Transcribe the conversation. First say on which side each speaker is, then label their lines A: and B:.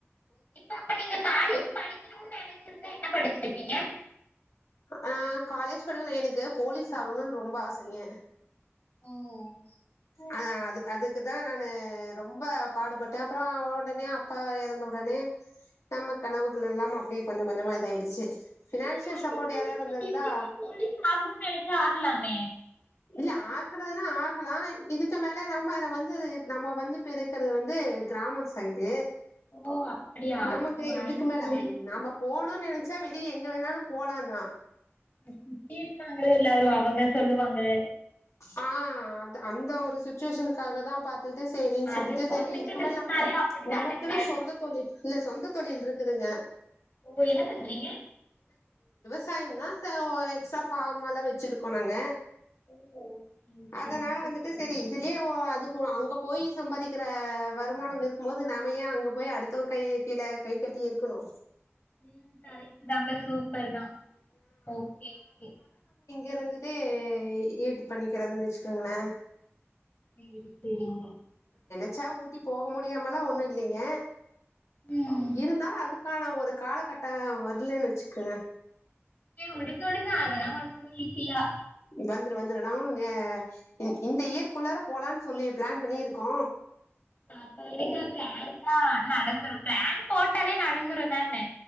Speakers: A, on the left; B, on the left.
A: இப்ப அப்ப நீங்க காலேஜ் படிக்ணுன் நெனைச்சிருந்தா என்ன படிச்சிருப்பீங்க
B: ஆ காலேஜ் படிக்ல எனக்கு போலீஸ் ஆகணுன் ரொம்ப ஆசைங்க
A: ம்
B: அதா அது அதுக்கு தா நானு ரொம்ப பாடுபட்டே அப்பறோ அவ ஒடனே அப்பா எறந்த உடனே நம்ம கனவுகள் எல்லாம் அப்டியே கொஞ்சோ கொஞ்சமா இதாய்டுச்சு பினான்சியல்
A: நீங்க ஏ இப்டி
B: சப்போர்ட்
A: சொல்றீங்க
B: யாரா இருந்து
A: நீங்க
B: இருந்தா
A: எப்பயுமே போலீஸ் ஆகணுன் நெனச்சா ஆகலாமே
B: இல்ல ஆகுறதுன்னா ஆகலா இதுக்கு மேல நம்ம வந்து நம்ம வந்து இப்ப இருக்கிறது வந்து கிராமங் சைடு
A: ஓ அப்டியா
B: நமக்கு
A: அப்ப வாய்ப்பில்ல
B: இதுக்கு மேல நாம போணுன்னு இ நெனச்சா வெளிய எங்க வேணாலு போலா தா
A: சுத்தி இருக்காங்கள எல்லாரு அவங்க சொல்லுவாங்க
B: ஆ அந்த ஒரு சுச்சுவேஷனுக்காக தா பாத் து செரின்னு சொல்லிட்டு
A: அது பொண்ணுங்களுக்குனாலே
B: செரி இதுக்கு மேல
A: அப்டிதானங்க
B: நமக்குன்னு சொந்த தொழில் இல்ல சொந்த தொழில் இருக்குதுங்க
A: ஒங்க என்ன பண்றீங்க
B: சயம் தான் தய்யோய எக்ஸ்ட்ரா ஃபார்மல்லா வச்சிருக்கோ நாங்க
A: ஓ! ஓகே, ஓகேங்க.
B: அதனால
A: சூப்பர்.
B: வந்துட்டு செரி இதுலயே ஓ அது குவா அங்க போய் சம்பாரிக்கிற வருமானம் இருக்கும் போது நாமயே அங்க போய் அடுத்தவங்க கை கீழே கை கட் டி இருக்கணு
A: உம் கரெக்ட் தாங்க சூப்பர் தா ஓகே ஓகே
B: இருந்துட்டே இ யூஸ் பண்ணிக்கிறதுன்னு வச்சுக்கோங்கலே
A: சேரி சேரிங்க
B: ச்ச ஊட்டி போக முடியாமல்லா ஒண்ணு இல்லைங்க
A: ம்.
B: இருந்தாலு அதுக் கானா ஒரு காலகட்டோ வரலன்னு வச்சுக்கங்க
A: உடுங்க உடுங்க அதெல்லா வந்துரு ஈசியா
B: வந்துரு வந்துரு நாவுனே இந்த இயர்கக்குள்ளார போலான்னு சொல்லி பிளான் பண்ணியிருக்கோ
A: அதவிடுங்க பிளான் தா நடந்துரு பிளான் போட்டாலே நடந்துரு தான்னே